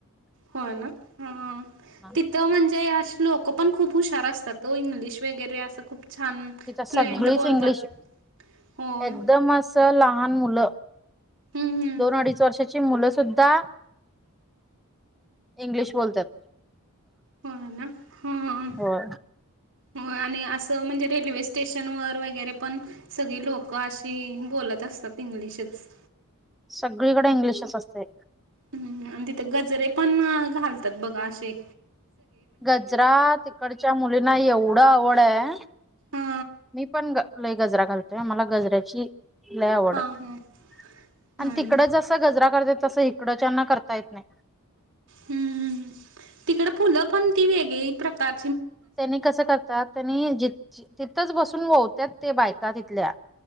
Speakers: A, on the right; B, in the centre.
A: होय ना, हं हं,
B: हा
A: तिथ म्हणजे अशी लोक पण खूप हुशार असतात व इंग्लिश वेगैरे असं खूप छान
B: तिथ सगळीच
A: फ्लुएंट बोलतात
B: इंग्लिश
A: होय
B: एकदम अस लहान मुलं
A: हम्म हम्म
B: दोन अडीच वर्षाची मुलं सुद्धा इंग्लिश बोलत्यात.
A: होय ना, हअअ
B: हो
A: हो आणि असं म्हणजे, रेल्वे स्टेशन वर वगैरे पण सगळी लोकं अशी बोलत्यात. सतीइंग्लिशच
B: सगळीकडे इंग्लिशचं असतय.
A: हम् आणि तिथे गजरे पण घालतात. बघा अशे
B: गजरा तिकडच्या मुलींना एवढं आवड हाय
A: हा
B: मी पण ग लय गजरा घालतेय मला गजऱ्याची लय आवड
A: हा
B: हाय
A: हा हा
B: आणि तिकडं
A: ना
B: जस गजरा करत्यात तसं इकडंच्यांना करता येत नाही.
A: हम्म, तिकडं फुलं पण ती वेगळी प्रकार
B: त्यांनी कसं करतात, त्यांनी जीद् <unintelligible> तिथच. बसून वोवत्यात ते बायका तिथल्या,